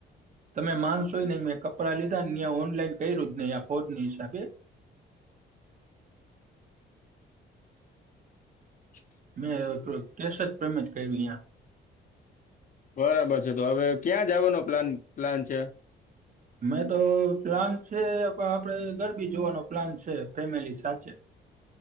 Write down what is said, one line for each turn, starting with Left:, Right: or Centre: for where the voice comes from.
Right: તમે માનશો નહી મેં કપડાં લીધા ઓનલાઈન ક્યું જ નહી ફ્રોડ ના હિસાબે
Left: શુક
Right: મેં તો કેશ જ પેમેન્ટ કર્યું અહીંયા
Left: બરાબર છે તો હવે ક્યાં જવાનો પ્લાન પ્લાન છે
Right: મેં તો પ્લાન છે પણ આપડે ગરબી જોવાનો પ્લાન છે ફેમિલી સાથે